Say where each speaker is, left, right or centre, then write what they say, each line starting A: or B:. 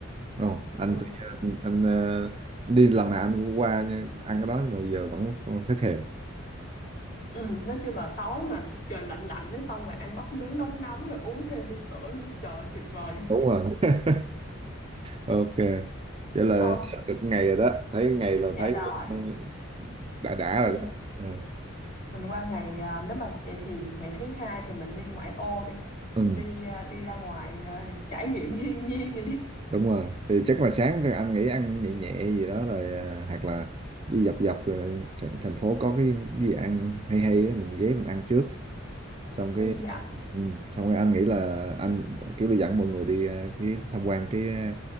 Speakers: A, on the right; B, on the left.
A: Ồ, anh,
B: Ừ.
A: tự nhiên- anh anh ờ, anh đi lần nào anh cũng qua nha, ăn cái đó nhưng mà giờ vẫn thấy thèm
B: ừ nói chung là tối mà trời lạnh lạnh mới xong rồi ăn bắp nướng nóng nóng rồi uống thêm ly sữa nữa trời tuyệt vời
A: đúng rồi <laughs> ok vậy là
B: Ờ,
A: hết được ngày rồi đó thấy ngày là
B: dạ
A: thấy
B: rồi.
A: ờ, đã đã
B: Ừ,
A: rồi đó Ờ.
B: mình qua ngày à, nếu mà vậy thì ngày thứ hai thì mình đi ngoại ô đi.
A: ừ
B: Đi à, đi ra ngoài à, trải nghiệm thiên nhiên đi đi.
A: đúng rồi thì chắc là sáng thì anh nghĩ ăn nhẹ nhẹ gì đó rồi à, hoặc là đi dọc dọc ờ, s- thành phố có cái gì ăn hay hay á, mình ghé mình ăn trước xong
B: Ừ,
A: cái
B: dạ.
A: ừ, xong cái anh nghĩ là anh kiểu đi dẫn mọi người đi ờ, cái tham quan cái ờ,